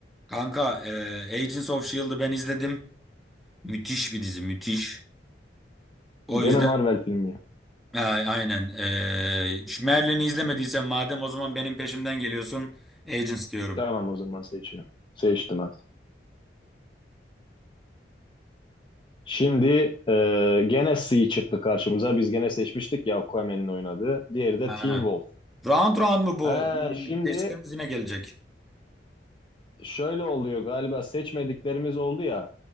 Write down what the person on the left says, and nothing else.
Gene
Marvel filmi ya.
Tamam o zaman seçiyorum. Seçtim hadi. Şimdi e, gene C çıktı karşımıza. Biz gene seçmiştik ya Aquaman'in oynadığı. Diğeri de
Teen Wolf.
Ha
şimdi
şöyle oluyor galiba seçmediklerimiz oldu ya.